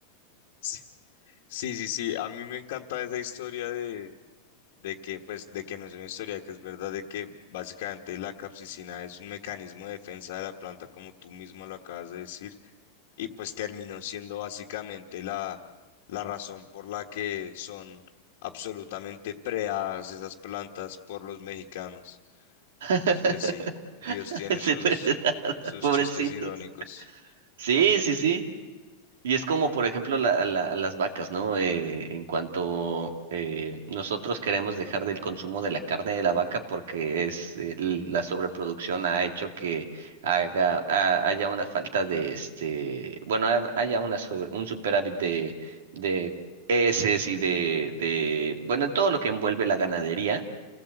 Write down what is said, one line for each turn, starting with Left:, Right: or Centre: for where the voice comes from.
Left: Sí, sí, sí, sí, a mí me encanta esa historia de, de que, pues, de que no es una historia, que es verdad de que básicamente la capsicina es un mecanismo de defensa de la planta, como tú mismo lo acabas de decir. y pues terminó siendo básicamente la, la razón por la que son absolutamente preadas esas plantas por los mexicanos.
Right: <laughs>
Left: Entonces, pues sí, Dios tiene
Right: Sí,
Left: sus,
Right: ¿verdad?
Left: sus
Right: Pobrecitos.
Left: chistes irónicos.
Right: Sí, sí, sí. Y es como, por ejemplo, la- la- las vacas, ¿no? Eh, en cuanto eh, nosotros queremos dejar del consumo de la carne de la vaca porque es el- la sobreproducción ha hecho que haga, ha- haya una falta de este, bueno, ha- haya una sobre- un superávit de de heces y de de bueno, todo lo que envuelve la ganadería